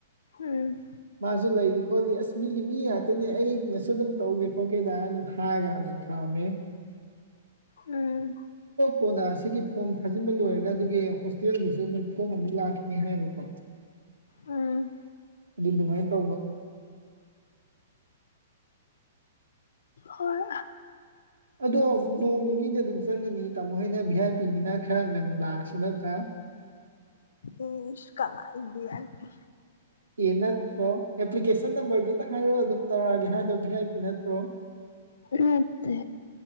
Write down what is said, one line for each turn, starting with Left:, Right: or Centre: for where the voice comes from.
Left: ꯎꯝ
Right: ꯃꯥꯁꯨ ꯂꯩꯔꯤ ꯈꯣꯠꯂꯤ ꯑꯁ ꯃꯤꯒꯤ ꯃꯤ ꯉꯥꯛꯇꯅꯦ ꯑꯩꯅꯁꯨ ꯑꯗꯨꯝ ꯇꯧꯒꯦ ꯈꯣꯠꯀꯦꯗ ꯑꯗꯨꯝ ꯍꯥꯏꯔꯒ ꯑꯗꯨꯝ ꯊꯃꯦ
Left: ꯎꯝ
Right: ꯀꯣꯟꯅ ꯑꯁꯤꯒꯤ ꯐꯣꯝ ꯊꯥꯖꯤꯟꯕ ꯂꯣꯏꯔꯒ ꯑꯗꯨꯒꯤ ꯍꯣꯁꯇꯦꯜꯒꯤꯖꯨ ꯑꯃꯨꯛ ꯐꯣꯝ ꯑꯃꯨꯛ ꯂꯥꯛꯈꯤꯅꯤ ꯍꯥꯏꯌꯦꯕꯀꯣ
Left: ꯎꯝ
Right: ꯑꯗꯨ ꯑꯗꯨꯃꯥꯏꯅ ꯇꯧꯕ
Left: ꯍꯣꯏ
Right: ꯑꯗꯣ ꯅꯣꯡ ꯅꯤꯅꯤꯗꯤ ꯑꯗꯨꯝ ꯆꯪꯉꯅꯤ ꯇꯥꯃꯣ ꯍꯣꯏꯅ ꯚꯤ ꯑꯥꯏ ꯄꯤꯅꯤꯅ ꯈꯔ ꯉꯟꯅ ꯂꯥꯛꯑꯁꯨ ꯅꯠꯇ꯭ꯔꯥ
Left: ꯎꯝ ꯀꯗꯥꯏ ꯕꯤꯌꯥꯏꯄꯤ
Right: ꯑꯦ ꯅꯠꯇ꯭ꯔꯣ ꯑꯦꯄ꯭ꯂꯤꯀꯦꯁꯟ ꯅꯝꯕꯔꯗꯨꯗ ꯍꯥꯏꯔꯣ ꯑꯗꯨꯝ ꯇꯧꯔꯛꯑꯒꯦ ꯍꯥꯏꯗꯣ ꯚꯤ ꯑꯥꯏ ꯄꯤ ꯅꯠꯇ꯭ꯔꯣ
Left: ꯅꯠꯇꯦ